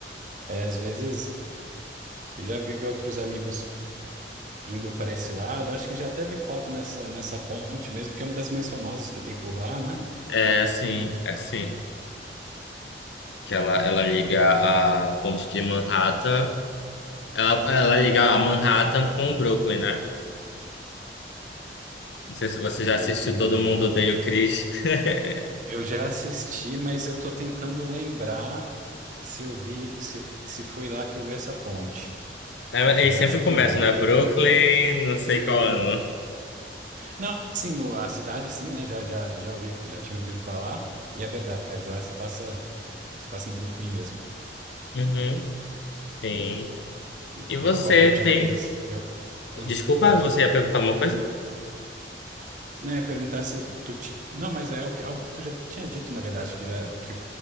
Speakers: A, on the right; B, on the left.
A: É, às vezes eu já vi outros amigos indo para esse lado. Acho que já até vi foto nessa, nessa ponte mesmo, que é uma das mais famosas que tem por lá, né?
B: É, sim, é sim. Que ela, ela liga
A: Legal,
B: a ponte de Manhattan, ela, ela liga a Manhattan com o Brooklyn, né? Não sei se você já assistiu
A: entendi.
B: Todo Mundo Odeia o Chris. <laughs>
A: Eu já assisti, mas eu tô tentando lembrar se eu vi, se, se foi lá que eu vi essa ponte.
B: É,
A: Mas
B: Eles sempre
A: acho
B: começam
A: que não.
B: na Brooklyn, não sei qual ano.
A: Não, assim, o- a cidade sim, né? Já, já, já ouvi, já tinha ouvido falar. E é verdade, lá se passa, se passa em Brooklyn mesmo.
B: Uhum, sim.
A: E,
B: E
A: e
B: você
A: qual foi a última
B: tem.
A: vez? Eu. Não,
B: Desculpa,
A: pode.
B: você ia perguntar uma coisa?
A: né, perguntar se tu ti- Não, mas é o que- algo que tu já tinha dito, na verdade, que já que